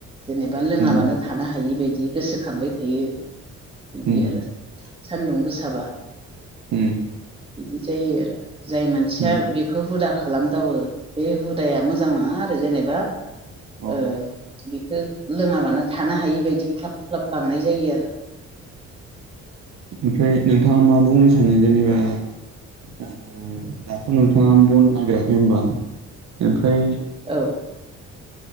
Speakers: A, on the right; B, on the right.
A: जेनेबा लोङाबानो
B: उम
A: थानो हायि बायदि गोसोखांबाय थायो बिदि
B: उम
A: आरो सान्दुं गोसाबा
B: उम
A: इदि जायो आरो जाय मानसिया
B: उम
A: बेखौ हुदा खालामदावो बे हुदाया मोजां नङा आरो जेनेबा
B: अ
A: ओ बेखौ लोङाबानो थानो हायि बादि ख्लाब ख्लाब गांनाय जायो आरो
B: ओमफ्राय नोंथाङा मा बुंनो सानो जेनेबा ओ दाथ' नोंथां बिफाङा बन नागिराखै होनबा ओमफ्राय
A: औ